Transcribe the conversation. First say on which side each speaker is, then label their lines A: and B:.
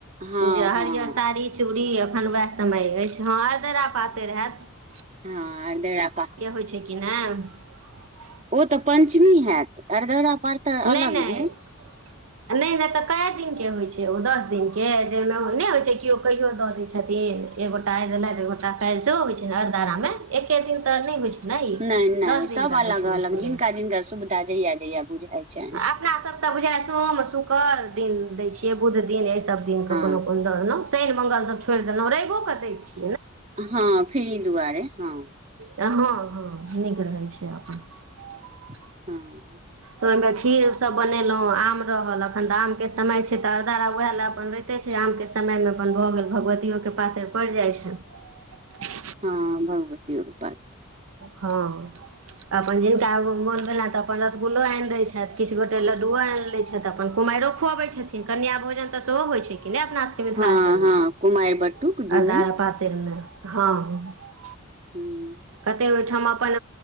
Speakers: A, on the right; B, on the right.
A: हँ
B: <unintelligible> जे
A: हँ
B: हरिअर साड़ी चूड़ी। <unintelligible> तखन उएह समय अछि हँ आर दरा पाते रहय। <unintelligible>
A: हँ अर्धरापा। <unintelligible>
B: होइ छै कि नहि। <unintelligible>
A: ओ तऽ पञ्चमी होयत <unintelligible> अरदरा। पातरि
B: नई
A: अलग
B: -नई
A: भेल
B: तऽ क- दिननके होइत छै। जे ओ दस दिे जाहिमे ओ नहि होइ छै केओ कहियो दऽ दै छथिन एगोटा आइ देलथि ए गोटा काल्हि सेहो होइ छै हर दराामे एके दिन तऽ नहि होइ छै। ने ई
A: नहि -नहि
B: दस
A: सब
B: दिनका
A: अलग
B: होइ छै बुझि
A: अलग
B: पड़ैये
A: जिनका जिनका सुविधा जहिया जहिया बुझाइ। छनि
B: अपना सब तऽ बुझाय सोम शुकर। दिन दै छियै बुध दिन। <unintelligible> सब दिन के
A: हँ
B: कोनो कोन दऽ देलहुं शनि मंगल सब छोड़ि देलहुँ रवो। कऽ दै छै। <unintelligible>
A: हँ फर ई दुआरे हँ। <unintelligible>
B: हँ -हँ नीक रहै छै अपन। <unintelligible>
A: हँ। <unintelligible>
B: तऽ ओहिमे खीर सब बनेलहुँ आम रहल एखन तऽ आमके समय छै तऽ अरद आर व ओएह लए अपन रोते छै आमके समयमे अपन भऽ गेल भगवतियोके पातरि पड़ि जाइ छनि। <unintelligible>
A: हँ भगवतीो। <unintelligible>
B: हँ। <unintelligible> अपन जिनका मोन भेलनि तऽ अपन रसगु्लो आनि लैत छथि किछु गोटे लड्डुओ आनि लैत छथि अपन कुमारिओ खुअबैत छथिन कन्य भोजन तऽ सेहो होइत छै। कि नहि अपना सबके मिथिलाञ्चलमे
A: छै हँ
B: <unintelligible>
A: हँ कुमारि बटुक दुनू
B: अरदा पातरिमे। हँ। <unintelligible>
A: हू। <unintelligible>
B: कते ओहिठाम अपन